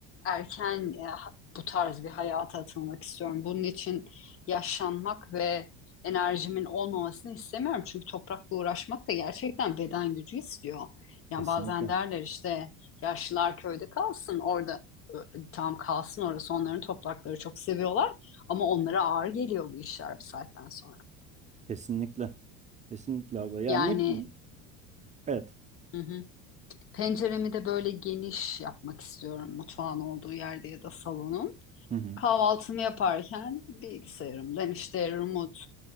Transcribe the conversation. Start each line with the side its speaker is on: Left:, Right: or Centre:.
Left: erken e, ha- bu tarz bir hayata atılmak istiyorum. Bunun için yaşlanmak ve enerjimin olmamasını istemiyorum. Çünkü toprakla uğraşmak da gerçekten beden gücü istiyor. Yani
Right: Kesinlikle.
Left: bazen derler işte Yaşlılar köyde kalsın orada ö, tam kalsın orası onların toprakları çok seviyorlar ama onlara ağır geliyor bu işler bir saatten sonra.
Right: Kesinlikle. Kesinlikle abla. Ya
Left: Yani
Right: ne bileyim. Evet.
Left: hı hı. Penceremi de böyle geniş yapmak istiyorum mutfağın olduğu yerde ya da salonun.
Right: Hı hı.
Left: Kahvaltımı yaparken bilgisayarımdan işte remote